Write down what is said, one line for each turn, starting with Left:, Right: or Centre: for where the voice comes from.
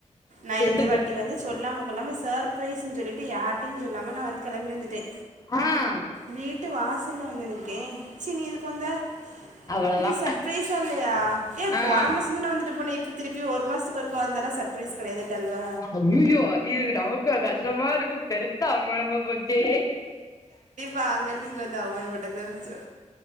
Right: நா
Left: எந்த
Right: இந்த
Left: பொ
Right: வாட்டி வந்து சொல்லாம கொல்லாம சேர்ப்ரைஸ்ன்னு சொல்லிட்டு யார்ட்டயையூ சொல்லாம நா வந்து கெளம்பி வந்துட்டே
Left: ஆ
Right: வீட்டு வாசல்ல வந்து நிக்கே சீ நீ எதுக்கு வந்த
Left: அவ்ளோதா
Right: எப்படி சர்ப்ரைஸா இல்லயா ஏ
Left: ஆ
Right: போன மாசோ தான வந்துட்டு போன இப் ப திருப்பி ஒரு மாசத்துக்கு ஒருக்கா வந்தன்னா சர்ப்ரைஸ் கெடையாதுன்ட்டாழுவ
Left: ஐய்யய்யோ இது நமக்கா கஷ்டமா இருக்கு பெருத்த அவமானமா போச்சே
Right: வாங்கறது இங்க வந்து அவமானப்பட்டது தா மிச்சோ